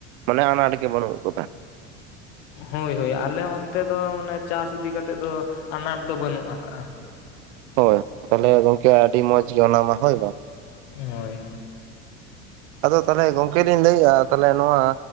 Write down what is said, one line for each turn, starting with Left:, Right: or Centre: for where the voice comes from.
Right: ᱢᱟᱱᱮ ᱟᱱᱟᱴ ᱜᱮ ᱵᱟᱹᱱᱩᱜ ᱟᱠᱟᱫᱟ ᱾
Left: ᱦᱳᱭ ᱦᱳᱭ ᱟᱞᱮ ᱚᱱᱛᱮ ᱫᱚ ᱚᱱᱮ ᱪᱟᱥ ᱤᱫᱤ ᱠᱟᱛᱮᱫ ᱫᱚ ᱟᱱᱟᱴ ᱫᱚ ᱵᱟᱹᱱᱩᱜ ᱟᱠᱟᱜ-ᱟ ᱾
Right: ᱦᱳᱭ ᱛᱟᱦᱚᱞᱮ ᱜᱚᱢᱠᱮ ᱟᱹᱰᱤ ᱢᱚᱸᱡᱽ ᱜᱮ ᱚᱱᱟᱢᱟ ᱦᱳᱭ ᱵᱟᱝ ᱾
Left: ᱦᱳᱭ ᱦᱳᱭ ᱾
Right: ᱟᱫᱚ ᱛᱟᱦᱞᱮ ᱜᱚᱝᱠᱮ ᱞᱤᱧ ᱞᱟᱹᱭ ᱮᱫ-ᱟ ᱛᱟᱦᱚᱞᱮ ᱱᱚᱣᱟ